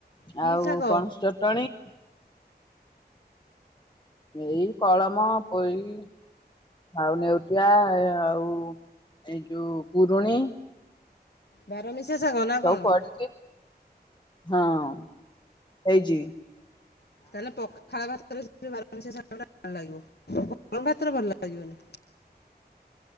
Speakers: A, on the left; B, on the left.
A: କି
B: ଆଉ
A: ଶାଗ
B: ପଣସ ଚଟଣି। ଏଇ କଳମ ପୋଇ ଆଉ ନେଉଟିଆ ଆଉ ଏଇ ଯୋଉ ପୁରୁଣି।
A: ବାରମିଶା ଚେଷାଗ ନା
B: ସବୁ
A: କଣ
B: ପଡିକି ହଁ ହେଇଚି।
A: ତାହେଲେ ପଖାଳ ଭାତରେ ବାରାମିଶା ଶାଗଗୁଡା ଭଲ ଲାଗିବହଁ ଭାତରେ ଭଲ ଲାଗିବ। <inaudible>